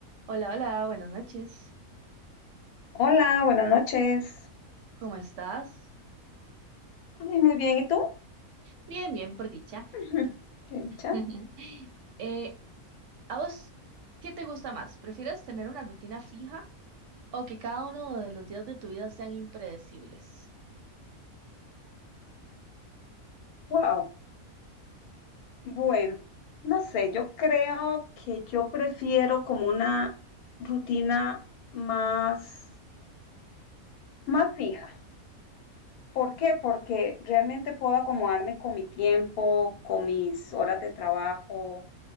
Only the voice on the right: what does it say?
Hola, hola, buenas noches.
¿Cómo estás?
Bien, bien, por dicha.
<laughs> Eh, ¿a vos qué te gusta más? ¿Prefieres tener una rutina fija o que cada uno de los días de tu vida sean impredecibles?